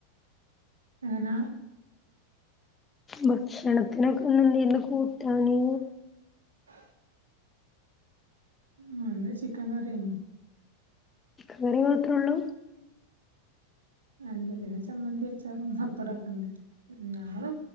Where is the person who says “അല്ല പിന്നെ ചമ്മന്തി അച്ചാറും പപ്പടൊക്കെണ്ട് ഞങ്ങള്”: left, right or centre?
Right